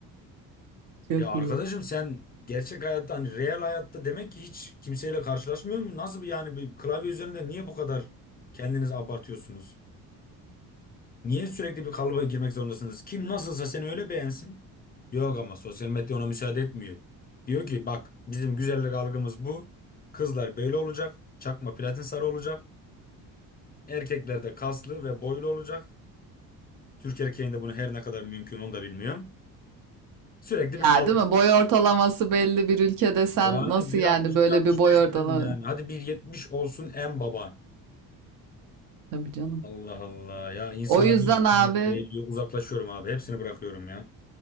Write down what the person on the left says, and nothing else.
Ya arkadaşım
sen gerçek hayatta hani real hayatta demek ki hiç kimseyle karşılaşmıyor mu? Nasıl bir yani bir klavye üzerinde niye bu kadar kendinizi abartıyorsunuz? Niye sürekli bir kalıba girmek zorundasınız? Kim nasılsa seni öyle beğensin. Yok ama sosyal medya ona müsaade etmiyor. Diyor ki bak bizim güzellik algımız bu. Kızlar böyle olacak. Çakma platin sarı olacak. Erkekler de kaslı ve boylu olacak. Türk erkeğinde bunu her ne kadar mümkün onu da bilmiyorum. Sürekli
bir kavga.
Yani
1.60
1.65
bizim yani. Hadi 1.70 olsun en baban.
Allah Allah ya insana
böyle kendimi
değiliyor. Uzaklaşıyorum abi. Hepsini bırakıyorum ya.